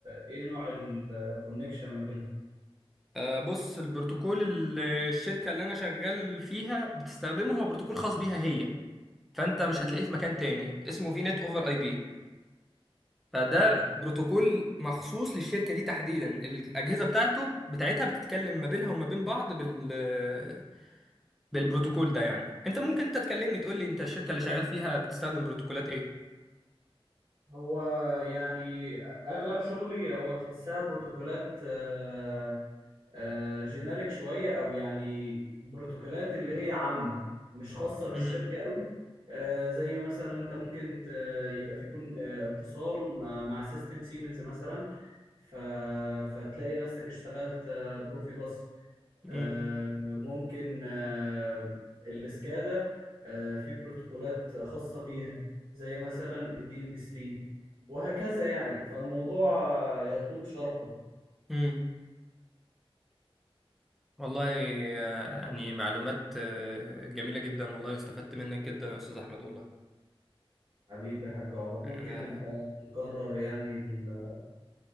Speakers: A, on the right; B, in the centre.
A: ايه نوع الكونكشن ما بينهم
B: آه، بص البروتوكول ال- الشركة اللي أنا شغال فيها بتستخدمه هو بروتوكول خاص بيها هي فأنت مش
A: مم.
B: هتلاقيه في مكان تاني اسمه في نت أوفر أي بي فده
A: اي
B: بروتوكول مخصوص للشركه دي تحديدا الاجهزه بتاعته بتاعتها بتتكلم ما بينها وما بين بعض بال بالبروتوكول ده يعني انت ممكن انت تكلمني تقول لي انت الشركه اللي شغال فيها بتستخدم بروتوكولات ايه
A: هو يعني اغلب شغلي هو تحسها بروتوكولات آه، آه، جينيريك شويه او يعني بروتوكولات اللي هي عامه مش خاصه بالشركه
B: امم
A: قوي آه، زي مثلا انت ممكن ت- يبقى في كون آه، اتصال مع مع سيستم سيمنز مثلا ف- فتلاقي نفسك اشتغلت آه، بروفيباص آه،
B: امم
A: ممكن آه، الاسكادا آه، في بروتوكولات خاصة بيها زي مثلا الدي ام بي 3 وهكذا يعني فالموضوع آه، يطول شرحه
B: امم والله آه، يعني معلومات آه، جميله جدا والله استفدت منك جدا يا استاذ احمد والله
A: حبيبي يا حاج عمر ممكن
B: انا
A: نبقى نكرر يعني ال-